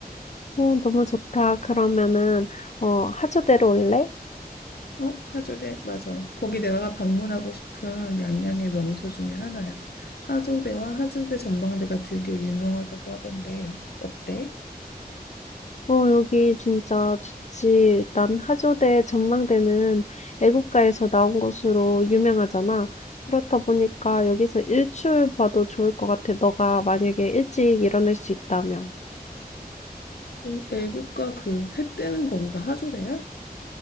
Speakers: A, on the left; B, on the left.
A: 어, 너무 좋다. 그러면은, 어, 하조대로 올래?
B: 어, 하조대, 맞아. 거기 내가 방문하고 싶은 양양의 명소 중에 하나야. 하조대와 하조대 전망대가 되게 유명하다고 하던데, 어때?
A: 어, 여기 진짜 좋지. 난 하조대 전망대는 애국가에서 나온 곳으로 유명하잖아. 그렇다 보니까 여기서 일출 봐도 좋을 것 같아. 너가 만약에 일찍 일어날 수 있다면.
B: 음. 애국가 그 해 뜨는 거기가 하조대야?